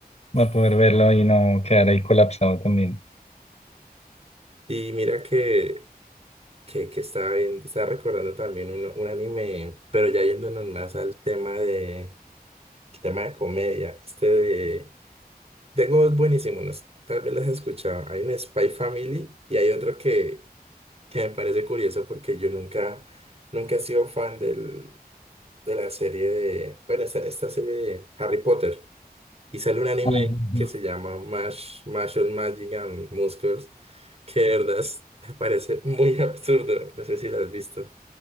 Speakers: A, on the left (about 45°); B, on the right (about 40°).
A: Va a poder verlo y no quedar ahí colapsado también.
B: Y mira que, que, que estaba, bien- estaba recordando también un, un anime, pero ya yéndonos más al tema de, el tema de comedia. Este de... Tengo dos buenísimos, no sé, tal vez las has escuchado. Hay un Spy Family y hay otro que, que me parece curioso porque yo nunca, nunca he sido fan del... de la serie de, bueno, esta, esta serie de Harry Potter. Y sale un anime
A: Ujú.
B: que se llama Mash, Marshall Magic and Muscles, que de verdad es- me parece muy absurdo. No sé si lo has visto.